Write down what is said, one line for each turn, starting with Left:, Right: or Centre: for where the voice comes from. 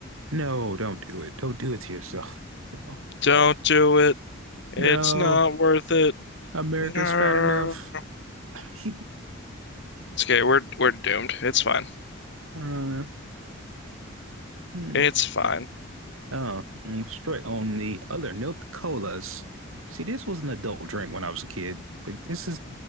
Right: no, don't do it. Don't do it to yourself. No,
Left: Don't do it. It's
Right: no,
Left: not worth it.
Right: America's
Left: No.
Right: fat enough. <laughs>
Left: It's okay. We're we're doomed. It's fine.
Right: Uh, hmm.
Left: It's fine.
Right: Uh, and straight on the other note, colas. See, this was an adult drink when I was a kid. Like this is